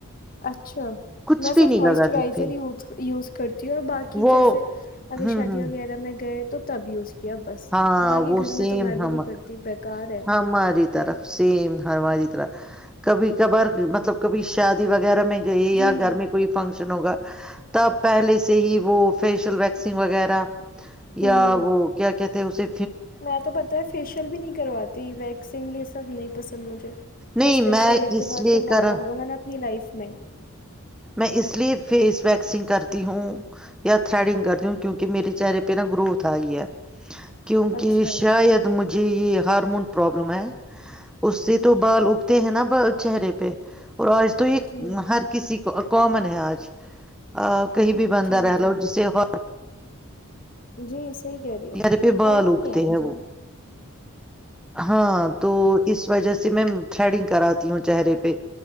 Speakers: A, on the left; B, in the centre.
A: اچھا
B: کچھ
A: میں
B: بھی
A: صرف
B: نہیں
A: موئسچرائزر
B: لگاتی تھی
A: ز یوز کرتی ہوں اور باقی
B: وہ
A: جیسے اگر
B: ہوں
A: شادی
B: ہوں
A: وغیرہ میں گئے تو تا بھی اسی بس
B: ہاں
A: باقی
B: وہ
A: گھر
B: سیم
A: میں تو میں بھی
B: ہم
A: نہیں کرتی بےکار ہے
B: ہماری طرف سیم ہر ہماری طرح کبھی کبھار مطلب کبھی شادی وغیرہ میں جیے یا
A: جی
B: گھر
A: جی
B: میں کوئی فنکشن ہوگا تب پہلے سے ہی وہ فیشیل ویکسنگ وغیرہ
A: ہوں
B: یا
A: ہوں
B: وہ کیا کہتے تو اس سے
A: میں تو پتا ہے فیشیل بھی نہیں کرواتی ویکسنگ یہ سب نہیں پسند مجھے
B: نہیں
A: بس فیشیل
B: میں
A: ایک
B: اس
A: دو بار
B: لیے
A: کروایا
B: کر
A: ہوگا میں نے اپنی لائف میں <unintelligible>
B: میں اس لیے فیس ویکسنگ کرتی ہوں یا تھریڈنگ کرتی ہوں کیونکہ میرے چہرے پہ نا گروتھ آئی ہے کیونکہ
A: اچھا
B: شاید مجھ جی یہ ہارمون پرابلم ہے اس سے تو بال اگتے ہیں نا چہرے پہ اور اس تو یہ
A: جی
B: ہر <unintelligible> کامن ہے آج ا کہیں بھی بنتا
A: جی
B: رہ
A: جی
B: لو جسے <unintelligible>
A: جی صحیح کہہ رہی ہیں
B: ے پہ بال
A: کامن
B: اگتے
A: ہی ہے
B: ہیں
A: جی
B: وہ ہاں تو اس وجہ سے میں تھریڈنگ کراتی ہوں چہرے پہ